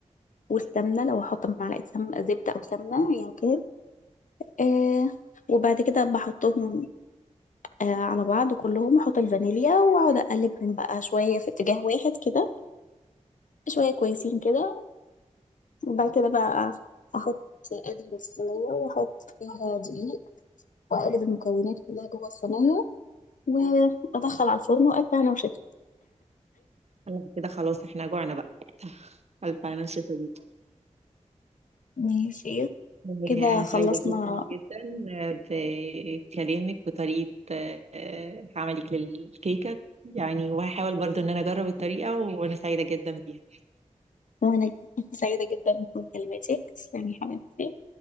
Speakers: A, on the left (about 85°); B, on the right (about 55°).
A: والسمنة لو هحط معلقة سمنة زبدة أو سمنة أيا كان آه وبعد كده بحطهم آه على بعض كلهم أحط الفانيليا وأقعد أقلبهم بقى شوية في اتجاه واحد كده شوية كويسين كده وبعد كده بقى أحط أدهن الصينية وأحط فيها دقيق وأقلب المكونات كلها جوه الصينية وأدخل على الفرن وألف هنا وشفا
B: أنا كده خلاص إحنا جوعنا بقى ألف أنا شايفة بيك
A: ماشي
B: آه،
A: كده
B: أنا
A: خلصنا
B: سعيدة جدا جدا آه، بكلامك وطريقة آه، آه، عملك للكيكة يعني وهحاول برضو إن أنا أجرب الطريقة وأنا سعيدة جدا بيها
A: وأنا سعيدة جدا بمكالمتك تسلمي حبيبتي